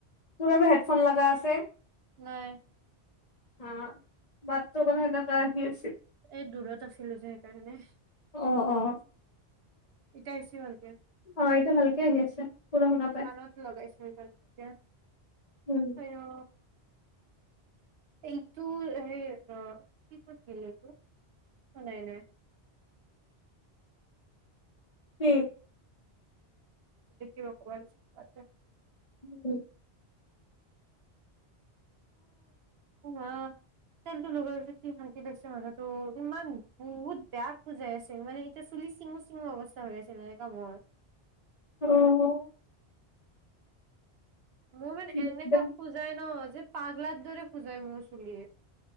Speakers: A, on the left (about 40°); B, on the right (about 70°).
A: তোৰ আৰু হেডফোন লগা আছে?
B: নাই।
A: হা, মাতটো মানে সেনেুৱা আহি আছে।
B: এই দূৰত আছিলো যে সেইকাৰণে।
A: অ, অ।
B: এতিয়া‌ এহিচি ভালকে?
A: অ' এতিয়া ভালকে আহি আছে। পুৰা শুনা
B: অ'
A: পাই
B: কাণত লগাইছ গ এতিয়া
A: উম,
B: ত, অ'। এইটো হেই কিতিল এইটো অ নাই নাই।
A: উম।
B: নেকব প <unintelligible>
A: উম।
B: অা তেলটো লগোৱাৰ পিছত কি শান্তি লাগিছে মাঠাতো ইমান বহুত বেয়া সোজাই আছিল মানে এতিয়া চুলি চিঙো চিঙো অৱস্থা হৈ আছিল এনেকা মৰ
A: অ'।
B: মোৰ মানে এনেকা
A: দিগদাৰ
B: খোজাই ন যে পাগলাৰ দৰে খোজাই মোৰ চুলি।